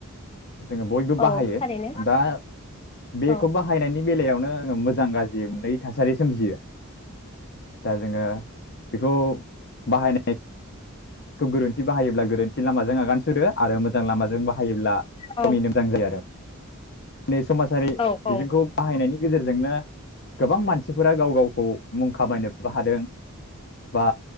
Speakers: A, on the left; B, on the left.
A: जोङो बयबो
B: औ
A: बाहायो
B: थारैनो
A: दा बेखौ
B: औ
A: बाहायनायनि बेलायावनो मोजां गाज्रि मोननै थासारि सोमजियो। दा जोङो बेखौ बाहायनाय खौ गोरोन्थि बाहायोब्ला गोरोन्थि लामाजों आगान सुरो आरो मोजां लामाजों बाहायोब्ला
B: औ
A: गावनि मोजां जायो आरो। नै समाजारि
B: औ औ
A: बिजोंखौ बाहायनायनि गेजेरजोंनो गोबां मानसिफोरा गाव गाव खौ मुं खामायनोबो हादों। बा